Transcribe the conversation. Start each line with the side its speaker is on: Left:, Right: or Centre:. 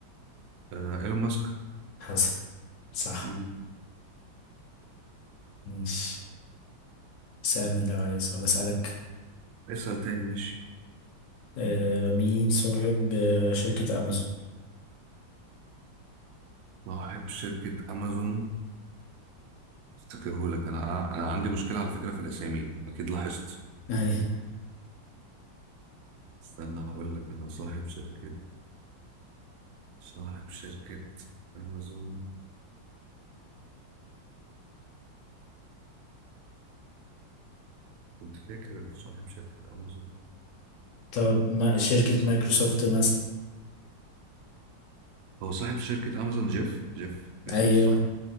Right: آه ايلون ماسك
Left: حسن صح
Right: مم.
Left: ماشي سألني لو عايز ولا اسالك
Right: اسأل تاني ماشي
Left: أه، مين صاحب أه، شركة امازون
Right: صاحب شركة امازون افتكره لك انا انا عندي مشكله على فكره في الاسامي اكيد لاحظت
Left: <laughs> أيوة.
Right: استنى هقول لك انا صاحب شركه صاحب شركه امازون كنت فاكر في صاحب شركه امازون
Left: طب ما شركة مايكروسوفت مثلا
Right: هو صاحب شركه امازون جيف جيف بيزوس
Left: ايوه
Right: صح